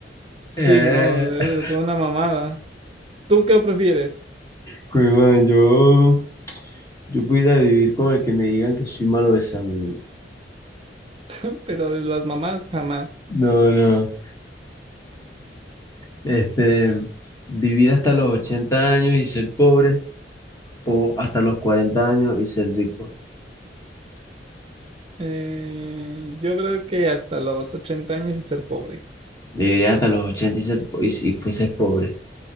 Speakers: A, on the right; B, on the left.
A: Sí,
B: Eh.
A: no, eh,
B: <laughs>
A: fue una mamada. ¿Tú qué prefieres?
B: Pues, man, yo, yo pudiera vivir con el que me digan que soy malo besando.
A: <laughs> Pero de las mamás jamás.
B: No, no. Este, vivir hasta los 80 años y ser pobre o hasta los 40 años y ser rico.
A: Eh, yo creo que hasta los 80 años y ser pobre.
B: Viviría hasta los 80 y, ser, po- y, si fueses pobre.